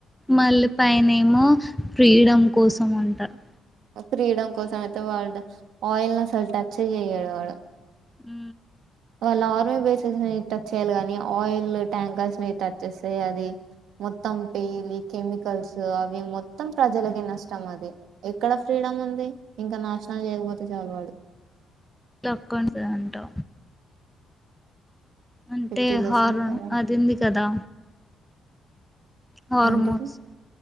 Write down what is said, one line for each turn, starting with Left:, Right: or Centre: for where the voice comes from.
Centre: మళ్ళీ పనే ఏమో ఫ్రీడమ్ కోసం ఉంటారు
Right: ఫ్రీడమ్ కోసం అయితే వాళ్ళడు ఆయిల్ ను అసలు టచ్ే చేయడు వాళ్ళ
Centre: ఉ
Right: వాళ్ళ ఆర్మీ బేసెస్ ని టచ్ చేయాలి కాగానీ ఆయిల్ ట్యాంకర్స్ ని టచ్ చేస్తే అది మొత్తం పీలి కెమికల్స్ అవి మొత్తం ప్రజలకి నష్టం అది ఎక్కడ ఫ్రీడమ్ ఉంది ఇంకా నాశనం చేయకపోతే చాలు వాడు
Centre: ొక్కన్ సంటా అంటే
Right: ఫిఫ్టీ పర్సెంట్
Centre: హార్
Right: కదా
Centre: అదింది కదా హార్మోస్
Right: ఏంటిది